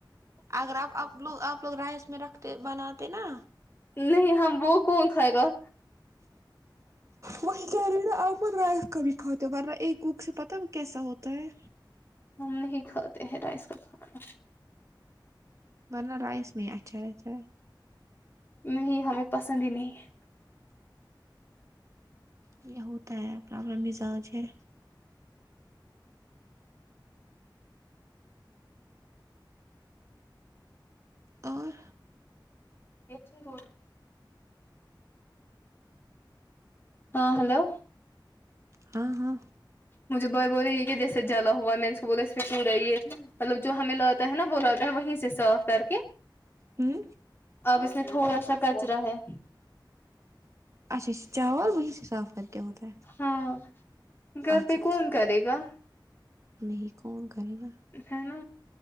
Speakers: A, on the right; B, on the left.
A: اگر آپ اب لوگ آپ لوگ رائس میں رکھتے بناتے نا
B: نہیں ہم وہ کون کھائے گا
A: وہ ہی کے ریو نا مت رائت کبھی کھاتے ہو بارہ ایک وک سے پتا ہے وہ کیسا ہوتا ہے
B: ہم نہیں کھاتے ہیں رائس کا کھانا
A: برنر رائس میں اچھا ہےاچھا ہے
B: نہیں ہمیں پسند ہی نہیں ہے
A: یہ ہوتا ہے پرابلم مجاز ہے اور
B: ہے ہاں ہلو
A: ہا ہا
B: مجھے بوائے بولے یہ کہ جیسے جا ہوا میں نے اس کو بولا اسٹ رہی یہ تھی مطلب جو ہمیں لاتا ہے نا وہ لاتا ہے وہیں سے صاف کر کے
A: ہوں
B: اب اس میں تھوڑا سا کچرا ہے
A: اچا اچھا چاول وہی سے صاف کر کے وہ تو
B: ہاں گھر
A: اچھا
B: پہ
A: اچھا
B: کون کرے گا
A: نہیں کون کرے گا
B: ہے نا